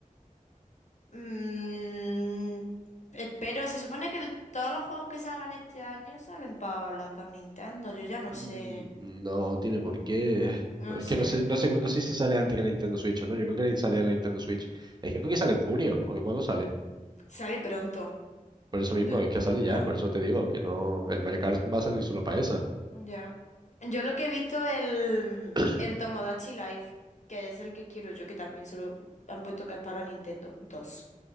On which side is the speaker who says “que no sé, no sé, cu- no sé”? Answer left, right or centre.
Right